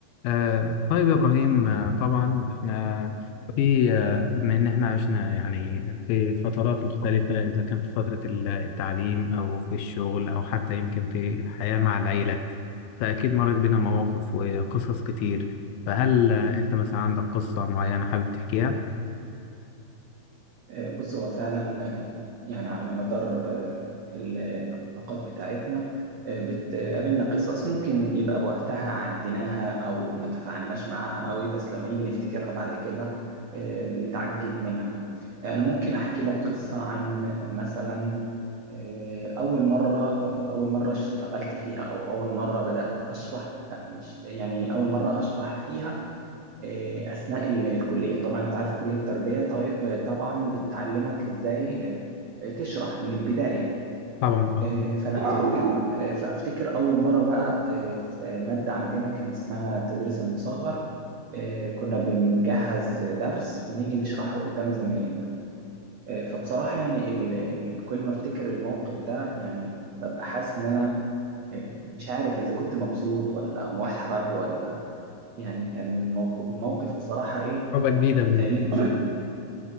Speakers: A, on the left; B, on the right.
A: آه طيب يا إبراهيم آه طبعا إحنا في آه بما إن إحنا عشنا يعني في فترات مختلفة إذا كان في فترة ال- التعليم أو في الشغل أو حتى يمكن في الحياة مع العيلة فأكيد مرت بينا مواقف وقصص كتير فهل آه أنت مثلا عندك قصة معينة حابب تحكيها؟
B: بص هو فعلا يعني على مدار ال- العلاقات بتاعتنا آه، بتقابلنا قصص ممكن يبقى وقتها عديناها او ما تفاعلناش معاها قوي بس لما نيجي نفتكرها بعد كده آه، بنتعجب منها انا ممكن احكي لك قصة عن مثلا آه، اول مرة آه، اول مرة اشتغلت فيها او اول مرة بدأت اشرح لا مش يعني اول مرة اشرح فيها آه، أثناء ال- الكلية طبعا أنت عارف كلية التربية طي- آه، طبعا بتعلمك إزاي آه، تشرح من البداية
A: طبعا أه
B: آه، فأنا أفتكر آه، فأفتكر أول مرة بقى آه، في مادة عندنا كان اسمها التدريس المصغر آه، كنا بنجهز درس ونيجي نشرحه قدام زمايلنا آه، فبصراحة يعني ال- ال- كل ما أفتكر الموقف ده يعني ببقى حاسس إن أنا مش عارف إذا كنت مبسوط ولا محرج ولا يعني كان موقف الموقف بصراحة إيه
A: تجربة جديدة
B: غريب